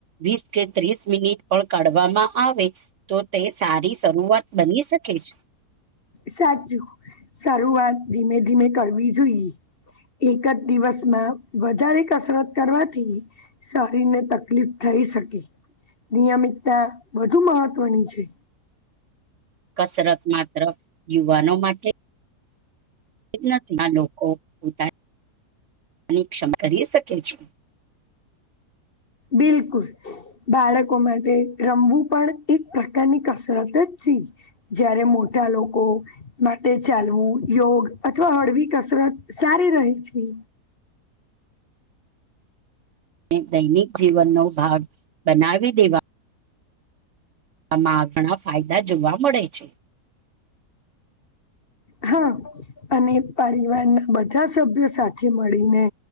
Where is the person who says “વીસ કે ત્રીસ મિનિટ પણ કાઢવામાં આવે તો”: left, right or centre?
Right